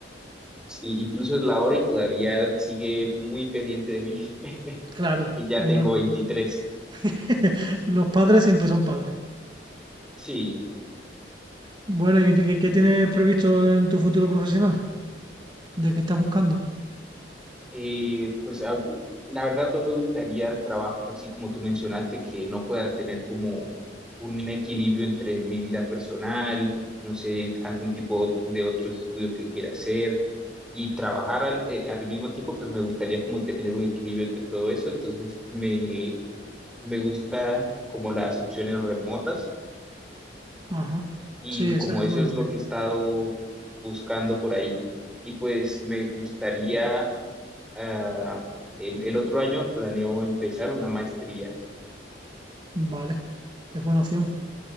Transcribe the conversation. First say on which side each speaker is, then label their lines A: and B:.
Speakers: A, in the centre; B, on the right.
A: Sí, incluso es la hora y todavía sigue muy pendiente de mí, <laughs>
B: Claro,
A: y ya
B: es
A: tengo
B: normal.
A: veintitrés
B: <laughs> Los padres siempre son padres.
A: Sí.
B: Bueno, ¿y qué, qué tienes previsto en tu futuro profesional? ¿De qué estás buscando?
A: Eh, pues a- la verdad no me gustarían trabajos así como tú mencionaste, que no pueda tener como un equilibrio entre mi vida personal, no sé, algún tipo de otros estudios que quiera hacer y trabajar al, eh, al mismo tiempo, pues me gustaría como tener un equilibrio entre todo eso. Entonces me, me gusta como las opciones remotas
B: Ajá.
A: y
B: Sí, esa
A: como
B: es
A: eso
B: buena
A: es
B: opción.
A: lo que he estado buscando por ahí. Y pues me gustaría ah, el, el otro año planeo empezar una maestría.
B: Vale, es buena opción.